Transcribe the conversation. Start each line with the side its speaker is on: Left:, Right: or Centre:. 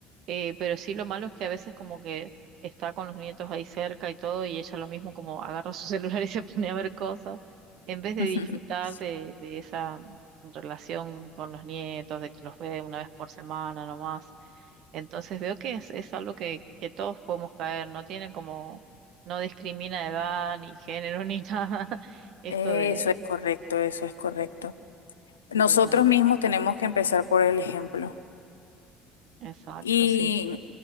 Right: eh, pero sí lo malo es que a veces como que está con los nietos ahí cerca y todo, y ella lo mismo como agarra <laughs> su celular y se pone a ver cosas, en vez de
Left: <laughs>
Right: disfrutar de, de esa relación con los nietos, de que los ve una vez por semana nomás. Entonces veo que es, es algo que, que todos podemos caer, no tiene como, no discrimina edad, ni género, <laughs> ni nada, esto
Left: Eso
Right: de,
Left: es correcto, eso es correcto. Nosotros
Right: de la
Left: mismos tenemos que empezar por el ejemplo.
Right: Exacto,
Left: Y
Right: sí.